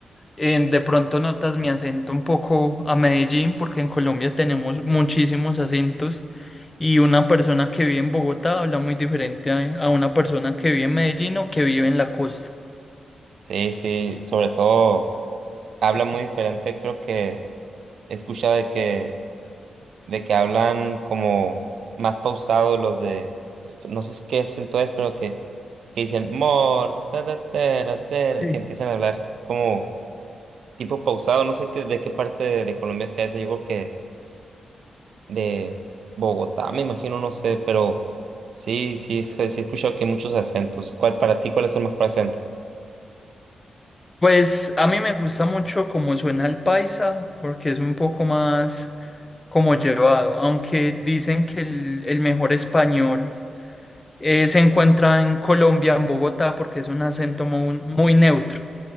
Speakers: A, on the left; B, on the right.
A: eh, de pronto notas mi acento un poco a Medellín, porque en Colombia tenemos muchísimos acentos y una persona que vive en Bogotá habla muy diferente a, a una persona que vive en Medellín o que vive en la costa.
B: Sí, sí, sobre todo habla muy diferente, creo que he escuchado de que de que hablan como más pausado los de, no sé si qué acento es, pero que, que dicen mor, ta, ta, tera, tera",
A: Sí.
B: que empiezan a hablar como tipo pausado, no sé qué, de qué parte de, de Colombia sea ese, yo creo que de Bogotá, me imagino, no sé, pero sí, sí, sí, sí he escuchado que hay muchos acentos. ¿Cuál, para ti, cuál es el mejor acento?
A: Pues a mí me gusta mucho cómo suena el paisa, porque es un poco más como llevado, aunque dicen que el, el mejor español eh, se encuentra en Colombia, en Bogotá, porque es un acento muy, muy neutro.